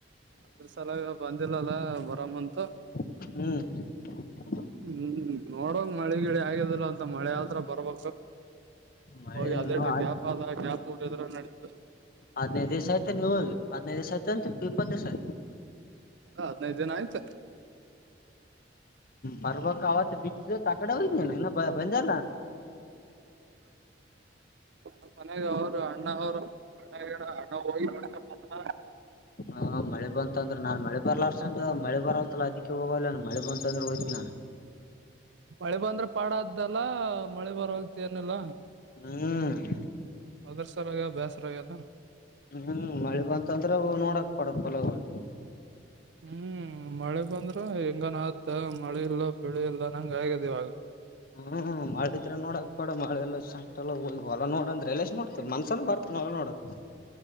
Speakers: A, on the right; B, on the left.
A: ಅದ್ರ ಸಲ ಬಂದಿಲ್ಲಲ್ಲ ಬರಾಮಂತ
B: ಹ್ಮ್.
A: ಹ್ಮ್ ನೋಡಂಗ ಮಳೆಗಿಳಿ ಆಗದಿಲ್ಲಾ ಅಂತ ಮಳಿ ಆದ್ರ ಬರ್ಬಕ.
B: ಮಳೆನು
A: ಹೋಗಿ ಅದೇಟ
B: ಆಗ್
A: ಗ್ಯಾಪ್ ಆದ ಗ್ಯಾಪ್ ಊರಿದ್ರ ನಡೀತದ.
B: ಹದ್ನೈದ್ ದಿವ್ಸ ಆಯ್ತೇನ್ ನಿವೋಗಿ ಹದ್ನೈದ್ ದಿವ್ಸ ಆಯ್ತನ್ರಿ ಇಪ್ಪತ್ ದಿವ್ಸ ಆಯ್ತ.
A: ಎಲ್ಲ ಹದನೈದಿನಾ ಆಯ್ತ.
B: ಬರ್ಬಕ ಅವತ್ತ್ ಬಿ. ಇವತ್ ಆಕಡೆ ಹೋಗಿನ್ಯನ್ ಇನ್ನ ಬಂದೇಲ್ಲನಾ.
A: ನಮ್ ಮನೆಗ ಅವ್ರು ಅಣ್ಣಾ ಅವ್ರು ಅ ಅಣ್ಣಾ ಹೊಳಗಿ ಮಾಡ್ಕೋಬಂದಾ.
B: ಹ ಮಳಿಬಂತಂದ್ರ ನಾನ್ ಮಳಿ ಬಾರ್ಲಾಶ್ರಂದ್ ಮಳಿ ಬರ್ವಾತಲ್ಲ ಅದಿಕ್ಕೆ ಹೋಗ್ವಾಲೆನ್ ಮಳಿ ಬಂತಂದ್ರ ಹೋಯ್ತ. ನನ್.
A: ಮಳಿ ಬಂದ್ರ ಪಾಡಾದ್ದಲ್ಲಾ ಮಳಿ ಬರಲ್ತ ಏನಿಲ್ಲ.
B: ಹ್ಮ್.
A: ಆದರಸಲ್ಯಾಗ ಬ್ಯಾಸರಾಗೇದ.
B: ಹ್ಮ್ ಮಳಿ ಬಂತಂದ್ರ ಹೋಗ್ ನೋಡಕ್ ಪಡ ಹೊಲಗೋಳ್.
A: ಹ್ಮ್ ಮಳಿ ಬಂದ್ರ ಹೆಂಗನ ಆದ ಮಳಿ ಇಲ್ಲಾ ಬೆಳಿ ಇಲ್ಲನಂಗ್ ಆಗ್ಯದಿವಾಗ್.
B: ಹ್ಮ್ ಮಳಿದ್ರ ನೋಡಕ್ಬ್ಯಾಡ ಮಳೆಲ್ಲ ಶಂಟಿಲ್ಲಾ ಹೋಗಿ ಹೊಲಾ ನೋಡಂದ್ರೆಲೇಶನ್ ನೋಡ್ತ ಮನ್ಸನ ಬರ್ತ. ಹೊಲ ನೋಡಕ್.